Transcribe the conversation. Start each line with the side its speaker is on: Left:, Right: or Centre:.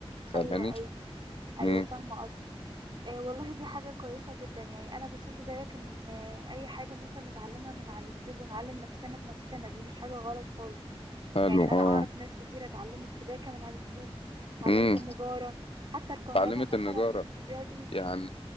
Left: فاهماني؟
Right: ايوه ايوه ايوه
Left: امم
Right: فاهمة قصدك آه والله دي حاجة كويسة جدا يعني انا بشوف زيك ان آه، اي حاجة ممكن نتعلمها من على اليوتيوب ونعلم نفسنا بنفسنا دي مش حاجة غلط خالص
Left: حلو
Right: يعني انا
Left: اه
Right: اعرف ناس كتيرة اتعلمت سباكة من على اليوتيوب اتعلمت
Left: امم
Right: النجارة حتى الكهرباء
Left: اتعلمت
Right: مثلا
Left: النجارة
Right: من فيديوهات اليوتيوب
Left: يعني